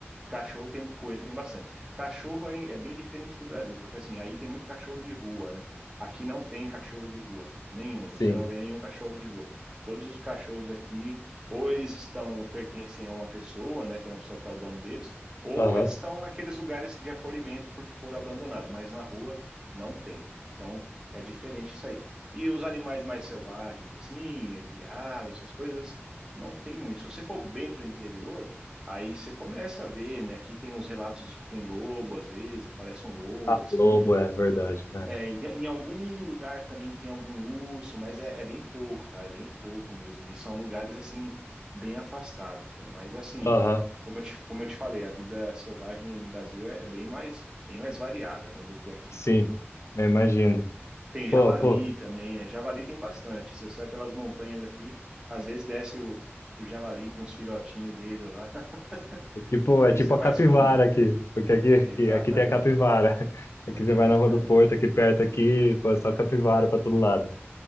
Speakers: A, on the right; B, on the left.
A: Cachorro tem, coelho tem bastante. Cachorro é, é bem diferente do Brasil, porque assim, aí tem muito cachorro de rua, né? Aqui não tem cachorro de rua, nenhum.
B: Sim.
A: Você não vê nenhum cachorro de rua. Todos os cachorros aqui, ou eles estão, pertencem a uma pessoa, né? Tem uma pessoa que é o dono deles, ou
B: Aham.
A: eles estão naqueles lugares de acolhimento porque foram abandonados, mas na rua não tem. Então é diferente isso aí. E os animais mais selvagens, assim, veado, essas coisas, não tem muito. Se você for bem para o interior Aí você começa a ver, né? Aqui tem uns relatos de que tem lobo, às vezes, aparece um lobo
B: Ah,
A: assim.
B: lobo, é verdade, né?
A: É, em em algum lugar também tem algum urso, mas é, é bem pouco, tá? É bem pouco mesmo. E são lugares assim, bem afastados, né? Mas assim,
B: Aham,
A: como eu te, como eu te falei, a vida selvagem no Brasil é bem mais, bem mais variada, né, do que aqui.
B: sim. Eu imagino.
A: Tem
B: Pô,
A: javali
B: pô.
A: também, é, javali tem bastante. Se você vai pelas montanhas aqui, às vezes desce o, o javali com os filhotinhos dele lá. <laughs>
B: É tipo, é
A: Isso
B: tipo
A: é
B: a
A: mais
B: capivara
A: comum.
B: aqui. Porque aqui, aqui,
A: Exatamente,
B: aqui tem a capivara.
A: é.
B: <laughs> Aqui você
A: exatamente.
B: vai na Rua do Porto, aqui perto, aqui, pô, é só capivara pra todo lado.